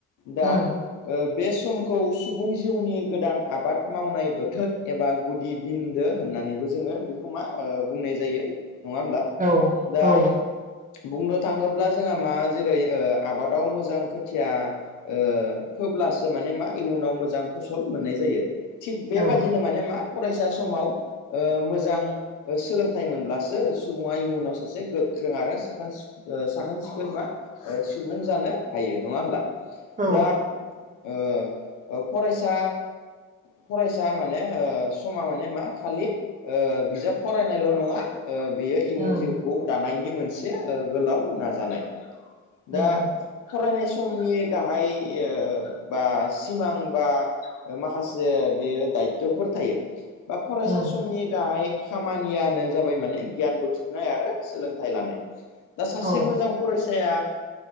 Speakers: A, on the left; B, on the right.
A: दा
B: उम
A: ओ बे समखौ सुबुं जिउनि गोदान आबाद मावनाय बोथोर एबा गुदि बिन्दो होननानैबो जोङो बिखौ मा ओ बुंनाय जा जायो नङा होमब्ला
B: औ
A: दा
B: औ
A: बुंनो थाङोब्ला जोंहा मा जेरै ओ आबादाव मोजां खोथिया ओ फोब्लासो माने मा इउनाव मोजां फसल मोननाय जायो। थिग बेबादिनो
B: औ
A: माने मा फरायसा समाव ओ मोजां सोलों थाइ मोनब्लासो सु सुबुङा इयुनाव सासे गोख्रों आरो साखोन सिउख ओ साखोन सिखोन मा सुबुं जानो हायो नङा होमब्ला
B: औ
A: दा ओ ओ फरायसा ओ फरायसा माने ओ समा माने मा खालि बिजाब फरायनायल' नङा ओ बेयो इयुन
B: उम
A: जिउखौ दानायनि मोनसे गोलाव नाजानाय दा
B: उम
A: फरायनाय समनि गाहाय ओ बा सिमां बा ओ माखासे बेयो दायतफोर थायो बा फरायसा
B: उम
A: समनि गाहाय खामानियानो जाबाय माने गियान बुथुमनाय आरो सोलोंथाइ लानाय। दा सासे
B: औ
A: मोजां फरायसाया